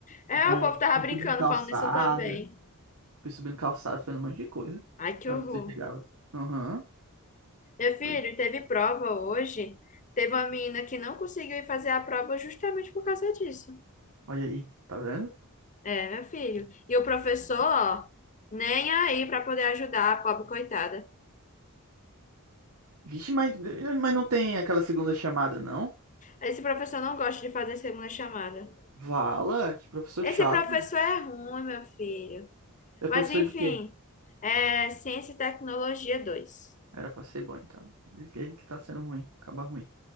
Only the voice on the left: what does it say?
É,
o povo
tava
brincando
falando isso também.
Ai, que
horror.
Meu filho,
teve prova hoje. Teve uma menina que não conseguiu ir fazer a prova justamente por causa disso.
É, meu filho. E o professor,
ó, nem aí pra poder ajudar a pobre coitada.
Esse professor não gosta de fazer segunda chamada.
Esse
professor é ruim, meu filho.
Mas
enfim,
é Ciência e Tecnologia 2.